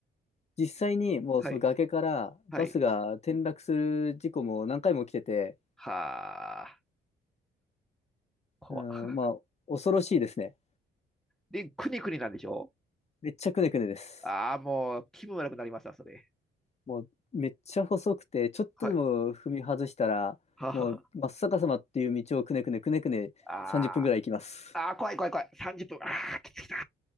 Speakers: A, on the left; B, in the centre.
A: 実際にもうその崖からバスが転落する事故も何回も起きてて、
B: はい、はい。はあ、怖い
A: うん、まあ、恐ろしいですね。
B: で、くにくになんでしょ
A: めっちゃくねくねです。
B: ああ、もう気分悪くなりました、それ。
A: もうめっちゃ細くて、ちょっとでも踏み外したら、
B: はい。は
A: もう真っ逆さまっていう道をくねくねくねくね30分ぐらい行きます。
B: あ、あーあー、怖い怖い怖い。30分。ああ、きつきた。